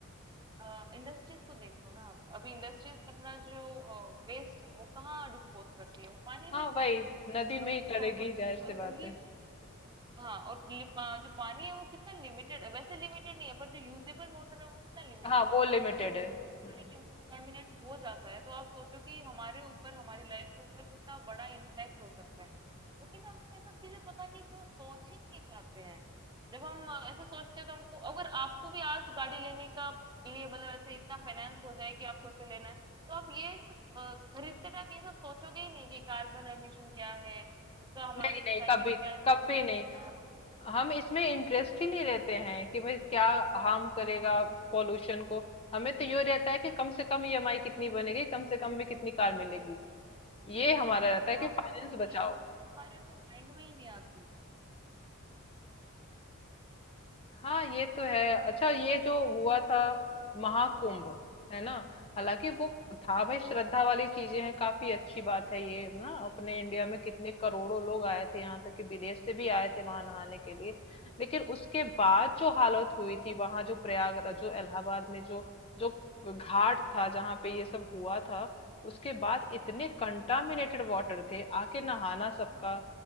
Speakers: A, on the right (about 20°); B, on the left (about 25°).
A: अ, इंडस्ट्रीज को देख लो ना आप अभी इंडस्ट्रीज अपना जो वेस्ट है वो कहाँ डिस्पोज करती है वो पानी
B: हाँ
A: में ही
B: वही
A: करती है
B: नदी में
A: आपने
B: ही
A: देखा
B: करेगी
A: होगा
B: जाहिर सी
A: और
B: बात
A: वही
B: है
A: हाँ और लि- पा, जो पानी है वो कितना लिमिटेड है वैसे लिमिटेड नहीं है पर जो यूजेबल वाटर है वो कितना लिमिटेड
B: हाँ
A: है
B: वो लिमिटेड
A: अगर वो
B: है हम्म,
A: वाटर कंटामिनेट हो जाता है तो आप सोचो कि हमारे ऊपर हमारी लाइफ के ऊपर कितना बड़ा इम्पैक्ट हो सकता है लेकिन हम ये सब चीजें पता नहीं क्यों सोच ही नहीं पाते हैं जब हम अ, ऐसा सोचते हैं तो हमको अगर आपको भी आज गाड़ी लेने का के लिए मतलब ऐसे इतना फाइनेंस हो जाए कि आप सोचो लेना है तो आप ये सब अ, खरीदते टाइम ये सब सोचोगे ही नहीं कि कार्बन एमिशन क्या है उसका हमारे
B: नहीं
A: सोसाइटी
B: नहीं कभी
A: पे क्या इम्पैक्ट
B: कभी
A: हो जाएगा
B: नहीं
A: हाँ
B: हम इसमें इंटरेस्ट ही नहीं लेते हैं कि भाई क्या हार्म करेगा पॉल्यूशन को हमें तो ये रहता है कि कम से कम ईएमआई कितनी बनेगी कम से कम में कितनी कार मिलेगी ये हमारा रहता है कि
A: हाँ,
B: फाइनेंस
A: तो
B: बचाओ
A: ये सब चीजें हमारे अंदर माइंड में ही नहीं आती
B: हाँ ये तो है अच्छा ये जो हुआ था महाकुंभ है ना हालांकि वो था
A: हाँ
B: भाई श्रद्धा
A: हाँ हाँ
B: वाली चीजें हैं काफी अच्छी बात है ये ना अपने इंडिया में कितने करोड़ों लोग आए थे यहाँ तक कि विदेश से भी आए थे वहां नहाने के लिए लेकिन उसके बाद जो हालत हुई थी वहां जो प्रयागराज जो इलाहाबाद में जो जो घाट था जहाँ पे ये सब हुआ था उसके बाद इतने कंटामिनेटेड वाटर थे आके नहाना सबका